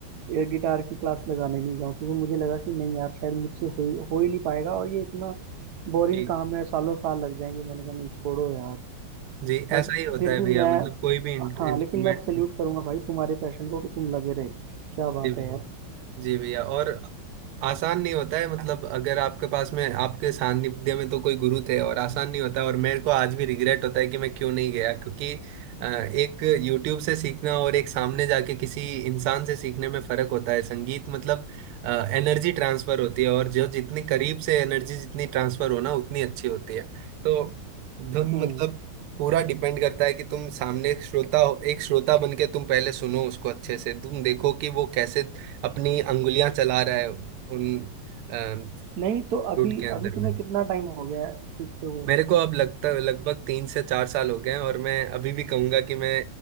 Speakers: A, on the right; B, on the right.
A: ए, गिटार की क्लास लगाने नहीं जाऊँ क्योंकि मुझे लगा कि नहीं यार शायद मुझसे हो ही हो ही नहीं पाएगा और ये इतना बोरिंग
B: जी
A: काम है सालों साल लग जाएंगे मैंने कहा नहीं छोड़ो यार
B: जी
A: बट
B: ऐसा ही होता
A: फिर
B: है
A: भी
B: भैया
A: मैं
B: मतलब कोई भी इंस्ट्रूमेंट
A: हाँ लेकिन मैं सैल्यूट करूंगा भाई तुम्हारे पैशन को कि तुम लगे रहे क्या बात
B: जी भैया
A: है यार
B: जी भैया और आसान नहीं होता है मतलब अगर आपके पास में आपके सानिध्य में तो कोई गुरु थे और आसान नहीं होता और मेरे को आज भी रिग्रेट होता है कि मैं क्यों नहीं गया क्योंकि अ, एक यूट्यूब से सीखना और एक सामने जाके किसी इंसान से सीखने में फर्क होता है संगीत मतलब एनर्जी ट्रांसफर होती है और जो जितनी करीब से एनर्जी जितनी ट्रांसफर हो ना उतनी अच्छी होती है तो धुन
A: हम्म
B: मतलब पूरा डिपेंड करता है कि तुम सामने एक श्रोता हो एक श्रोता बन के तुम पहले सुनो उसको अच्छे से तुम देखो कि वो कैसे अपनी अंगुलियां चला रहा है उन फ्रूट
A: नहीं तो अभी
B: के अंदर
A: अभी तुम्हें
B: में
A: कितना टाइम हो गया है सीखते हुए
B: मेरे को अब लगता लगभग तीन से चार साल हो गए हैं और मैं अभी भी कहूंगा कि मैं